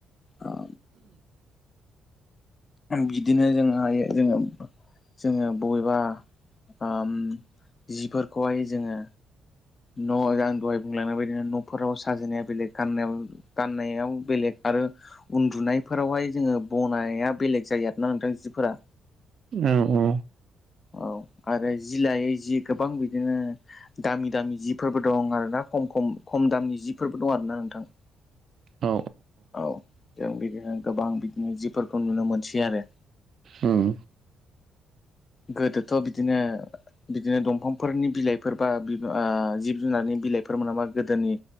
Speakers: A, on the left (about 35°); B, on the right (about 55°).
A: औ बिदिनो जोङो हायो जोङो-जोङो बबेबा ओम जिफोरखौहाय जोङो न' आं दहाय बुंलांनायबायदिनो न'फोराव सो साजायनाया बेलेग गाननायाव गाननायाव बेलेग आरो उन्दुनायफोरावहाय जोङो बनाय नाया बेलेग जायो आरोना नोंथां जिफोरा
B: ओम उ
A: औ आरो जि लायै जि गोबां बिदिनो दामि-दामि जिफोरबो दं आर ना खम-खम-खम दामनि जिफोरबो दं आरोना नोंथां।
B: औ
A: औ जों बिदिनो गोबां बिदिनो जिफोरखौ नुनो मोनसै आरो।
B: ओम
A: गोदोथ' बिदिनो-बिदिनो दंफांफोरनि बिलाइफोर बा बिबा जिब जुनारनि बिलाइफोर मोनाबा गोदोनि